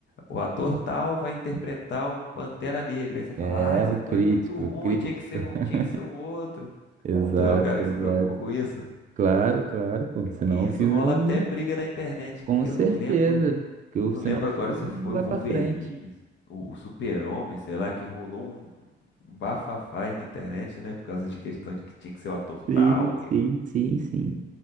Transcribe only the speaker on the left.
o ator tal vai interpretar o Pantera Negra. Aí você fala,
ah, esse
ator
é muito ruim,
tinha que ser,
o- tinha que ser o outro.
Tu é o cara
que se preocupa com isso?
E
isso
rola
até
briga na internet.
Eu
não lembro,
eu
não
lembro
agora se
foi
o Wolverine,
o, o Super-Homem, sei lá, que rolou um, um bafafá aí na internet, né? Por causa de questão de que tinha que ser o ator tal.
e-